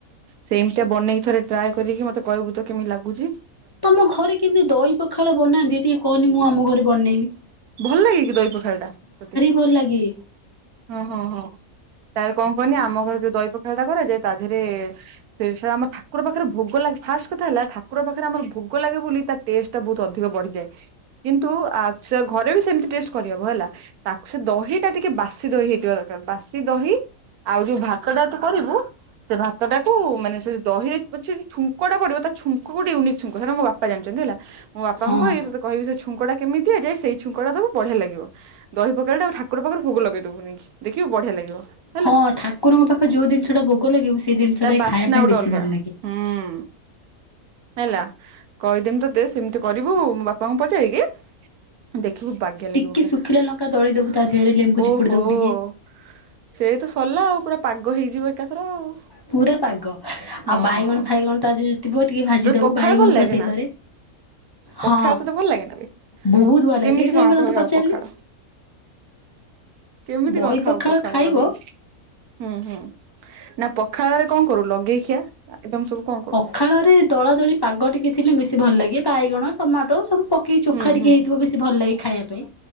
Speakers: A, on the right; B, on the left.
A: ସେମିତିଆ ବନେଇିକି ଥରେ ଟ୍ରାଏ କରିକି ମତେ କହିବୁ ତ କେମିତି ଲାଗୁଚି।
B: ତମ ଘରେ କେମିତି ଦହି ପଖାଳ ବନାନ୍ତି, ଟିକେ କହନି ମୁଁ ଆମ ଘରେ ବନେଇବି।
A: ଭଲ ଲାଗେ କିି ପଖାଳ ଟା ତତେ?
B: ଭଲ ଲାଗେ
A: ହଁ ହଁ। ତାପରେ କଣ କହନି ଆମ ଘରେ ଯୋଉ ଦହି ପଖାଳ ଟା କରାଯାଏ ତା ଦେହରେ ସେ ସେଟା ଆମ ଠାକୁର ପାଖରେ ଭୋଗ ଲାଗ ଫାଷ୍ଟ କଥା ହେଲା ଠାକୁର ପାଖରେ ଆମର ଭୋଗ ଲାଗେ ବୋଲି ତା ଟେଷ୍ଟ ଟା ବହୁତ ଅଧିକ ବଢ଼ିଯାଏ। କିନ୍ତୁ ଆ ଘରେ ବି ସେମତି ଟେଷ୍ଟ କରିହବ ହେଲା‌। ତାକୁ ସେ ଦହି ଟା ଟିକେ ବାସି ଦହି ହେଇଥିବା ଦରକାର ବାସି ଦହି ଆଉ ଯୋଉ ଭାତ ଟା ତୁ କରିବୁ ସେ ଭାତ ଟାକୁ ମାନେ ସେ ଦହିରେ ପ ଛୁଙ୍କ ଟା ପଡ଼ିବ ତା ଛୁଙ୍କ ଗୋଟେ‌ ୟୁନିକ ଛୁଙ୍କ ସେଟା ମୋ ବାପା ବାପା ଜାଣିଛନ୍ତି ହେଲା। ମୋ ବାପାଙ୍କୁ
B: ହଁ।
A: କହିବି ତତେ ଛୁଙ୍କଟା କେମିତି ଦିଆଯାଏ ସେଇ ଛୁଙ୍କ ଟା ଦବୁ ବଢ଼ିଆ ଲାଗିବ। ଦହି ପଖାଳଟା ଠାକୁର ପାଖରେ ଭୋଗ ଲଗେଇଦବୁ ନେଇକି ଦେଖିବୁ ବଢ଼ିଆ ଲାଗିବ। ହେଲା
B: ହଁ ଠାକୁରଙ୍କ ପାଖ ଯୋଉ ଜିନିଷ ଟା ଭୋଗ ଲାଗିବ ସେଇ ଜିନିଷ
A: ତା
B: ଟା
A: ବାସ୍ନା
B: ଖାଇବା ପାଇଁ
A: ଗୋଟେ
B: ବେଶୀ
A: ଅଲଗା
B: ଭଲ ଲାଗେ।
A: ହୁଁ ହେଲା କହିଦେମି ତତେ ସେମିତି କରିବୁ ବାପାଙ୍କୁ ପଚାରିକି ଦେଖିବୁ ବାଗ୍ୟା ଲାଗିବ
B: ଟିକେ
A: ପୁରା।
B: ଶୁଖିଲା ଲଙ୍କା ଦଳି ଦବୁ ତା ଦେହରେ ଲେମ୍ବୁ
A: ଓହୋଃ
B: ଚିପୁଡ଼ି ଦବୁ ଟିକେ।
A: ସେଇ ତ ସରିଲା ଆଉ ପୁରା ପାଗ ହେଇଯିବ ଏକାଥରେ ଆଉ।
B: ପୁରା ପାଗ
A: ହଁ।
B: ଆଉ ବାଇଗଣ- ଫାଇଗଣ ତ ଆଜି ଯଦି ଥିବା ଟିକେ ଭାଜି
A: ତୋତେ
B: ଦବୁ
A: ପଖାଳ
B: ବାଇଗଣ
A: ଭଲ ଲାଗେ
B: ପୁରା ତେଲରେ।
A: ନା ପଖାଳ
B: ହଁ
A: ତୋତେ ଭଲ ଲାଗେ ନା ବେ?
B: ବହୁତ ଭଲ।
A: କେମିତି
B: ସେଇଥିପାଇଁ
A: କଣ
B: ପା
A: କହ
B: ତତେ
A: ଖାଉ
B: ପଚାରିଲି।
A: ପଖାଳ କେମିତି
B: ଦହି
A: କଣ ଖାଉ ପଖାଳ
B: ଖାଇବ
A: ଲଗେଇିକି? ହୁଁ ହୁଁ। ନା ପଖାଳରେ କଣ କରୁ ଲଗେଇ ଖିଆ ଆଇଟମ ସବୁ କଣ କରୁ?
B: ପଖାଳରେ ଦଳାଦଳି ପାଗ ଟିକେ ଥିଲେ ବେଶୀ ଭଲ ଲାଗେ। ବାଇଗଣ, ଟମାଟୋ ସବୁ ପକେଇ ଚୋଖା
A: ହୁଁ
B: ଟିକେ
A: ହୁଁ
B: ହେଇଥିବ ବେଶୀ ଭଲ ଲାଗେ ଖାଇବା ପାଇଁ।